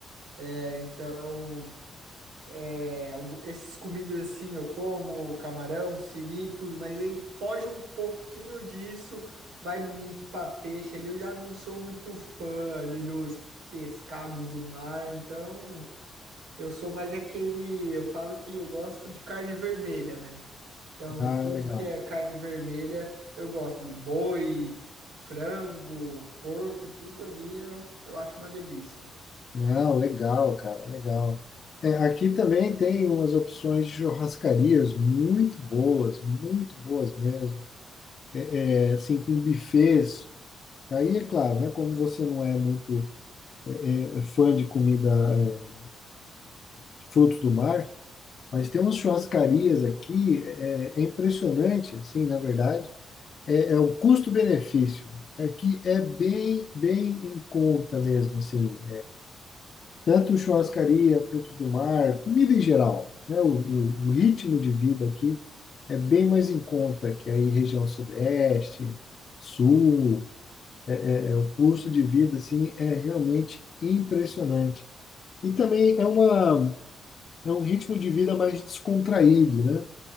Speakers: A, on the right; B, on the left.
A: É, então. é, algu- essas comidas, assim, eu como. Camarão, siri, tudo. Mas aí foge um pouquinho disso. Vai muito pra peixe ali. Eu já não sou muito fã ali dos pescados do mar. Então. Eu sou mais aquele. Eu falo que eu gosto de carne vermelha, né? Então,
B: Ah,
A: tudo
B: legal.
A: que é carne vermelha, eu gosto ali. Boi, frango, porco, tudo ali eu, eu acho uma delícia.
B: Não, legal, cara, legal. É, aqui também tem umas opções de churrascarias muito boas, muito boas mesmo. É, é, assim, com buffets. Aí é claro, né? Como você não é muito é, fã de comida, é, de frutos do mar, mas tem umas churrascarias aqui, é, é é impressionante, assim, na verdade. É, é o custo-benefício. Aqui é bem, bem em conta mesmo, assim. tanto churrascaria, frutos do mar, comida em geral, né? O, o, o ritmo de vida aqui é bem mais em conta que aí região sudeste, sul, é, é- é- o custo de vida assim é realmente impressionante. E também é uma é um ritmo de vida mais descontraído, né?